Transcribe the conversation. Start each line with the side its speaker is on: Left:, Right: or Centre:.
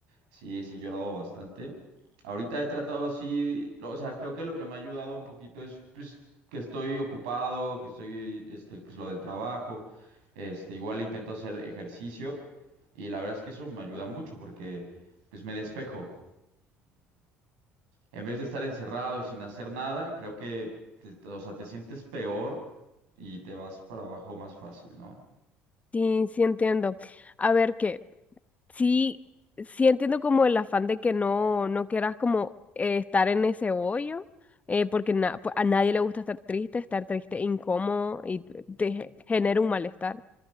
Right: sí, sí, he llorado bastante. Ahorita he tratado, sí, lo- o sea, creo que lo que me ha ayudado un poquito es pues, que estoy ocupado, que estoy, este, pues lo del trabajo, este, igual intento hacer ejercicio y la verdad es que eso me ayuda mucho porque pues me despejo en vez de estar encerrado y sin hacer nada, creo que te, te- o sea, te sientes peor y te vas para abajo más fácil, ¿no?
Left: sí, sí entiendo. A ver, ¿qué? sí, sí entiendo como el afán de que no, no quieras como eh, estar en ese hoyo, eh, porque na- pues, a nadie le gusta estar triste, estar triste e incómodo y te te ge- genera un malestar.